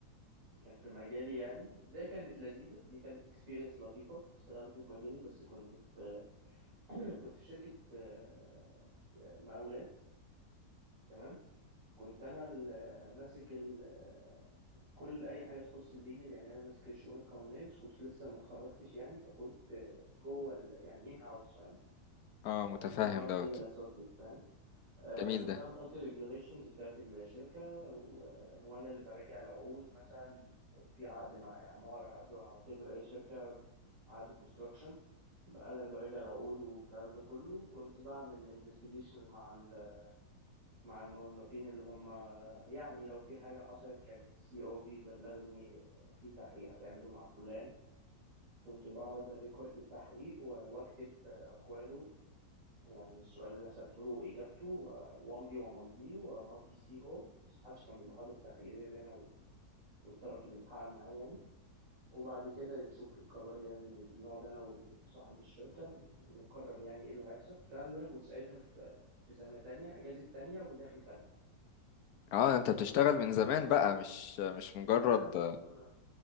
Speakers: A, on the right; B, on the left.
A: كان في مجالي يعني ده كانت لذيذة دي كانت اكسبيرينس لطيفة اشتغلت في مجالي بس كنت في <clears throat> كنت في شركة آه، آه، مقاولات تمام كنت انا ال- آه، ماسك ال- آه، كل اي حاجه تخص الليجل يعني انا ماسك الشؤون القانونيه بس كنت لسه ما اتخرجتش يعني فكنت آه، جوه ال- يعني ان هاوس فاهم
B: <laughs> اه متفهم
A: يعني ان هاوس
B: دوت
A: ليجل اسوسيت فاهم آه
B: جميل
A: كنت
B: ده
A: انا بحط الريجوليشنز بتاعت الشركه و- آه، وانا اللي براجع العقود مثلا لو في عقد مع اعمار عقد مع وتبر اي شركه عقد كونستراكشن انا اللي براجع العقود والكلام ده كله كنت بعمل انفستيجيشن مع ال- مع الموظفين اللي هم يعني لو في حاجه حصلت كان السي او بيبلغني في تحقيق هتعمله مع فلان كنت بقعد ريكورد التحقيق و- واكتب آه، اقواله يعني السؤال اللي أنا سالته له واجابته و- وامضي وامضيه وامضي السي او بس محدش كان بيبقى حاضر التحقيق غير انا وال- والطرف اللي بيتحقق معايا يعني وبعد كده نشوف القرار يعني نقعد انا وصاحب الشركة نقرر يعني ايه اللي هيحصل الكلام ده انا كنت ساعتها في في سنة تانية اجازة تانية وداخل تالتة
B: اه انت بتشتغل من
A: او
B: زمان
A: ثانية
B: بقى مش مش مجرد
A: انا من...